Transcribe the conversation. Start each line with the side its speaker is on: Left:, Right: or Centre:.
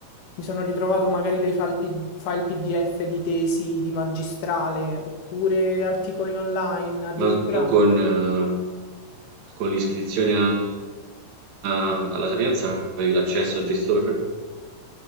Left: mi sono ritrovato magari dei file, P- file PDF di tesi di magistrale oppure articoli online, addirittura.
Right: Ma tu con, eh, con l'iscrizione a- a- alla Sapienza avevi l'accesso a JSTOR?